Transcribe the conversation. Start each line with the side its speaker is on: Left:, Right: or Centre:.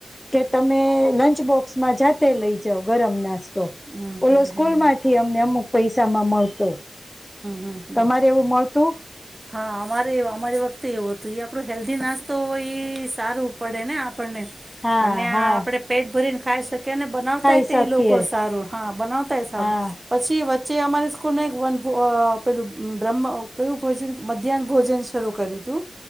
Left: કે તમે લંચબોક્સમાં જાતે લઈ જાવ ગરમ નાશ તો
Right: હમ
Left: ઓલો
Right: હમ હમ હમ હમ
Left: સ્કૂલ માંથી અમને અમુક પૈસા મળતો
Right: હમ હમ હમ
Left: તમારે એવું મળતું
Right: હા અમારે અમારી વખતે એવું હતું એ આપણું હેલ્ધી નાસ્તો એ સારું પડે ને અપને
Left: હા
Right: અને આપણે
Left: હા
Right: પેટ ભરીને ખ શક કેને બનાવતાય
Left: ખાઈ
Right: તે
Left: શકીએ
Right: લોકો સારું હા બનાવતાય સારું
Left: હા
Right: પછી જે હમા સ્કૂલમાં એક વન પેલું બ્રહ્મ કયું ભોજન મધ્યાહન ભોજન શરૂ કર્યું હતું